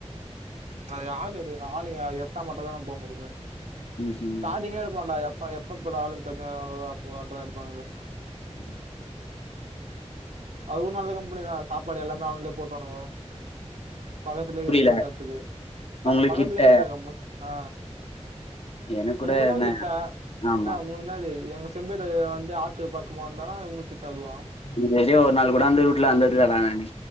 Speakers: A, on the right; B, on the left.
A: ம் அது ஆளு எடுக்குனு ஆளு எத்தா மட்டு தா நா போ முடியுமே
B: ம் ம்
A: ஸ்டாரிங்கே <unintelligible> எப்ப எப்ப ஆளுங் கம்மிய அப்ப மட்டு தா எடுப்பாங்களே
B: ம்
A: அதுவு நல்ல கம்பெனி தா சாப்பாடு எல்லாமே அவுங்களே போட்டுவணுவோ பக்கத்துலே இக்குது
B: புரியல
A: போய்ட்டு வர்துக்கு ப
B: உங்களுக்கு
A: பக்கத்துலே
B: கிட்ட
A: இருக்குதாட கம்பென் ஆ
B: எனக்கு கூட
A: உனக்கு தா
B: என்ன
A: கிட்டா
B: ஆமா
A: என்ன மு என்னது எங்க செம்பேடு வந்து ஆத்து பக் க்கு வந்தானா உங்களுக் கிட்ட அதுவா
B: இதுவறியு ஒரு நாள் கூட அந்த ரூட்டுல வந்தில்லட நானு